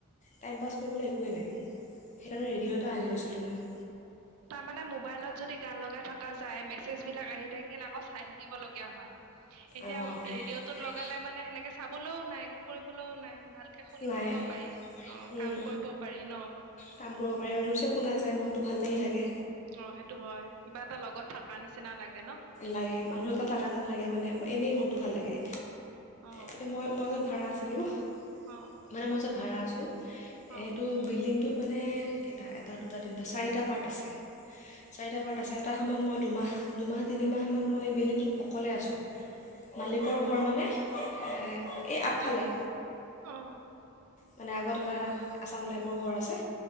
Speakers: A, on the left; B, on the right.
A: টাইম পাছ কৰিবলৈ একোৱেই নাই সেইকাৰণে ৰেডিঅ' এটা আনি লৈছিলোঁ মই
B: তাৰ মানে মোবাইলত যদি গান লগাই থকা চাই মেছেজ বিলাক আহি থাকিল আকৌ চাই থাকিব লগীয়া হয়। এতিয়া
A: অঁ
B: ৰেডিঅ'টোত লগালে মানে সেনেকে চাবলৈও নাই একো কৰিবলৈও নাই ভাল শুনি
A: নাই
B: থাকিব পাৰি অ',
A: উম,
B: কাম কৰিব পাৰি ন!
A: কাম কৰিব পাৰে আৰু জোৰছে শুনা যায় মনটো ভাল লাগি থাকে
B: অ সেইটো হয় কিবা এটা লগত থাক নিচিনা লাগে। ন
A: লাগে মানুহ এটা থাকা যেন লাগে মানে এনেই মনতটো ভাল লাগে।
B: অ
A: এতিয়া মই মই মাজত ভাড়া আছিল হেল্ল'
B: অ
A: মানে মৌচম ভাড়া আছোঁ
B: অ
A: এইটো বিল্ডিংটোত মানে কেইটা এটা দুটা তিনিটা চাৰিটা পাৰ্ট আছে। চাৰিটা পাৰত আছে এটা সময়ত মই দুমাহ দুমাহ তিনি মাহমান মই বিল্ডিংটোত অকলে আছো। মালিকৰ
B: অ
A: ঘৰ মানে? এ। এই আগফালে।
B: অহ।
A: মানে আগত এটা। আছাম টাইপৰ ঘৰ আছে,